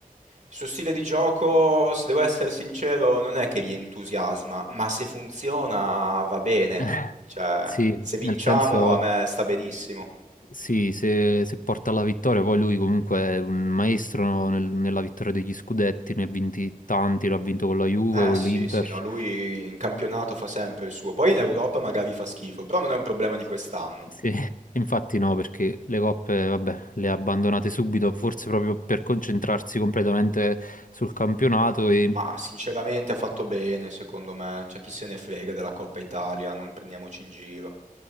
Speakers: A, on the right; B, on the left.
A: Il suo stile di gioco, se devo essere sincero, non è che mi entusiasma, ma se funziona va bene.
B: <laughs> Eh,
A: Cioè,
B: Sì,
A: se vinciamo
B: nel senso,
A: a me sta benissimo.
B: sì, se, se porta alla vittoria, poi lui comunque è un maestro nel- nella vittoria degli scudetti, ne ha vinti tanti, l'ha vinto con la Juve,
A: Eh
B: con
A: sì,
B: l'Inter.
A: sì, no, lui in campionato fa sempre il suo, poi in Europa magari fa schifo, però non è un problema di quest'anno.
B: Sì, <laughs> infatti no, perché le coppe, vabbè, le ha abbandonate subito, forse proprio per concentrarsi completamente sul campionato e
A: Ma sinceramente ha fatto bene, secondo me, c'è chi se ne frega della Coppa Italia, non prendiamoci in giro.